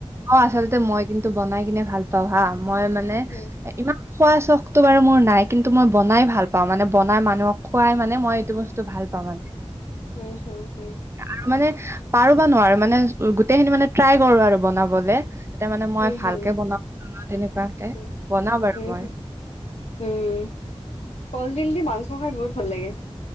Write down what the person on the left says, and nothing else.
উম,
হুম, হুম, হুম,
হুম, হুম,
হুম,
হুম,
হুম। উম, কলডিল দি মাংস খাই বহুত ভাল লাগে।